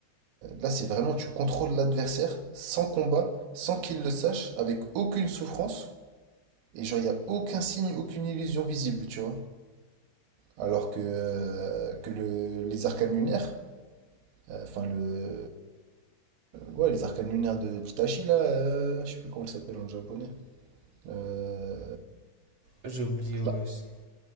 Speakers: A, on the right; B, on the right.
A: là, c'est vraiment tu contrôles l'adversaire sans combat, sans qu'il le sache, avec aucune souffrance. Et genre, il n'y a aucun signe, aucune illusion visible, tu vois. Alors que, euh, que le, les arcanes lunaires, euh, enfin le, ouais, les arcanes lunaires de d'Itachi, là, euh, je sais plus comment ça s'appelle en japonais. Euh,
B: J'ai oublié ouais,
A: bah,
B: aussi.